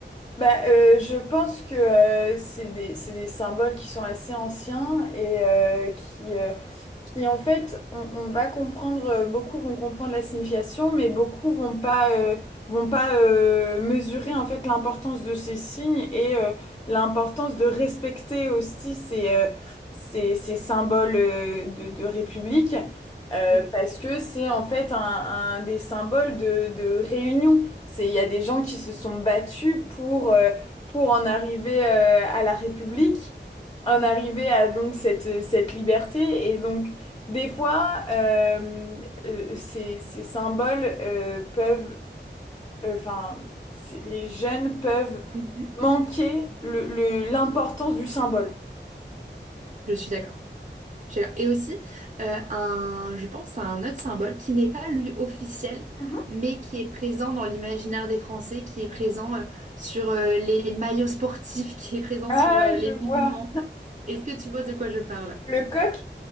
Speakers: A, on the left; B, on the right.
A: Bah, euh, je pense que euh, c'est des, c'est des symboles qui sont assez anciens et euh, qui, euh, qui en fait, on, on va comprendre, euh, beaucoup vont comprendre la signification, mais beaucoup vont pas, euh, vont pas euh, mesurer en fait l'importance de ces signes et euh, l'importance de respecter aussi ces, euh, ces, ces symboles euh, de, de République, euh,
B: Mm.
A: parce que c'est en fait un, un des symboles de, de réunion. C'est, il y a des gens qui se sont battus pour, euh, pour en arriver euh, à la République, en arriver à donc cette, cette liberté. Et donc, des fois, euh, euh, ces, ces symboles euh, peuvent, euh, enfin, les jeunes peuvent
B: Mhm.
A: manquer le, le- l'importance du symbole.
B: Je suis d'accord. Je- Et aussi, euh, un, je pense à un autre symbole qui n'est pas lui officiel,
A: Mhm.
B: mais qui est présent dans l'imaginaire des Français, qui est présent euh, sur euh, les maillots sportifs, <laughs> qui est présent
A: Ah,
B: sur euh, les
A: je
B: monuments.
A: vois.
B: Est-ce que tu vois de quoi je parle?
A: Le coq?